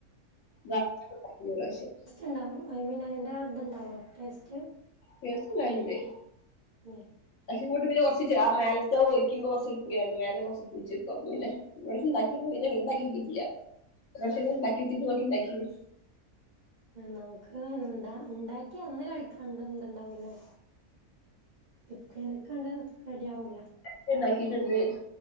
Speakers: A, on the left; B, on the right.
A: <unintelligible> ഒറശ്യം.
B: ഇണ്ടാവും ഐ മീൻ അതിൻ്റെ ഇതുണ്ടാവോ ടേസ്റ്റ്.
A: ടേസ്റ്റ്ണ്ടാവൽണ്ട്
B: ഏഹ്
A: <unintelligible> കൂട്ട് പിന്നെ കൊർച്ചീച്ചെ ആ മേൽത്തെ ഒഴിക്കുമ്പോ കൊർച്ച് പുളിയാണ് മേലെ കൊർച്ച് പുൾച്ച് ഇക്കും അപൊ പിന്നെ ഇപ്രാശ്യം ഇണ്ടാക്കിപ്പോ പിന്നെണ്ടാക്കി ഓക്കീട്ടില്ല ഒരുറാശ്യം
B: ആഹ്
A: ഞാൻ ഇണ്ടാക്കി യൂറ്റൂബ് നോക്കിണ്ടാക്കീണ്
B: നമുക്ക് ഇണ്ടാ ഇണ്ടാക്യാ അന്ന് കഴിക്കാണ്ടണ്ട്ണ്ടാവൂല്ലാ പിറ്റേന്നേക്കാണ്ട് റെഡി ആവൂല
A: ഇത് ഇണ്ടാക്കീട്ട്ണ്ട്